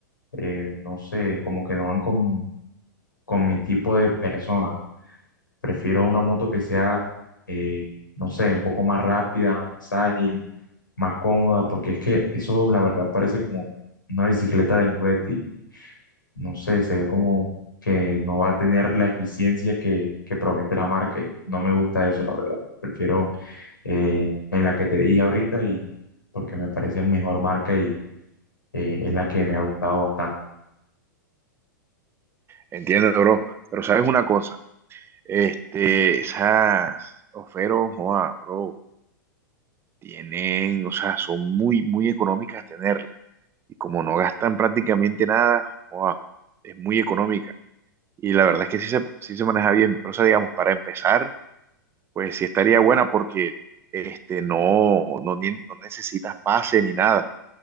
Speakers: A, on the left; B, on the right.
A: eh, no sé, como que no van con, con mi tipo de persona. Prefiero una moto que sea, eh, no sé, un poco más rápida, más ágil, más cómoda, porque es que eso, la verdad, parece como una bicicleta de juguete no sé, se ve como que no va a tener la eficiencia que, que promete la marca y no me gusta eso, la verdad. Prefiero eh, en la que te dije ahorita y porque me parece mejor marca y eh, es la que me ha gustado bastante.
B: Entiendo, bro. Pero sabes una cosa, este, esas ofertas, joa, bro, tienen, o sea, son muy, muy económicas tenerlas. Y como no gastan prácticamente nada, joa, es muy económica. Y la verdad es que sí se, sí se maneja bien. Pero, o sea, digamos, para empezar, pues sí estaría buena porque este, no, no, ni- no necesitas pase ni nada.